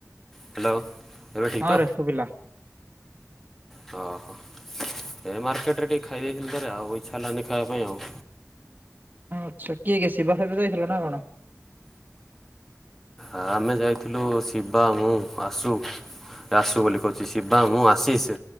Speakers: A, in the centre; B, on the right.
A: ହ୍ୟାଲୋ ଏବେ ଠିକ
B: ହଁ ରେ ଶୁଭିଲା।
A: ତ ଓହ। ଏ ମାର୍କେଟରେ ଟିକେ ଖାଇ ଦେଇଥିଲି ଥରେ ଆଉ ଇଚ୍ଛାଲାନି ଖାଇବା ପାଇଁ ଆଉ।
B: ହଁ ଆଚ୍ଛା କିଏ କିଏ ଶିବାସହିତ ଯାଇଥିଲ ନା କଣ?
A: ଆ ଆମେ ଯାଇଥିଲୁ ଶିବା ମୁଁ ଆସୁ। ଆସୁ ବୋଲି କହୁଛି ଶିବା ମୁଁ ଆସିସ୍